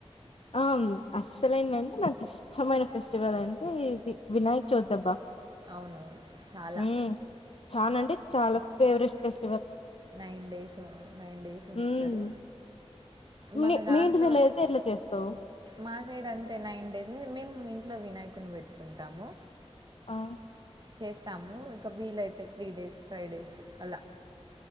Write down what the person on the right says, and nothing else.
అవునవును చాలా
nine days nine days ఉంచుతరు
మన
దా
లో
మా సైడ్ అంతే నైన్ డేస్ ఇంట్లో వినాయకుని పెట్టుకుంటాము
చేస్తాము ఇక వీలైతే త్రీ డేస్ ఫైవ్ డేస్ అలా